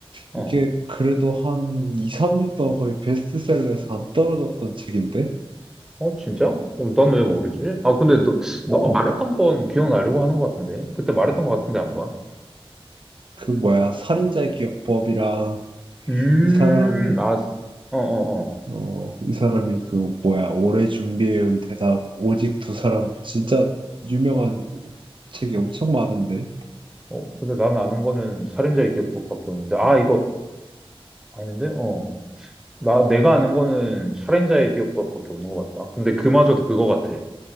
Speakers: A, in the centre; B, on the right.
A: 어,
B: 이게 그래도 한 2, 3년 동안 거의 베스트셀러에서 안 떨어졌던 책인데?
A: 어, 진짜? 그럼 난 왜 모르지? 아, 근데 너, 너가 말했던 건 기억나려고 하는 것 같은데? 그때 말했던 것 같은데, 한번.
B: 그, 뭐야, 살인자의 기억법이랑,
A: 음,
B: 이 사람이
A: 아, 어, 어, 어.
B: 어, 이 사람이 그 뭐야 오래 준비해온 대답 오직 두 사람 진짜 유명한 책이 엄청 많은데
A: 어, 근데 난 아는 거는 살인자의 기억법밖에 없는데, 아, 이거 아닌데? 어. 나, 내가 아는 거는 살인자의 기억법밖에 없는 것 같다. 근데 그마저도 그거 같아.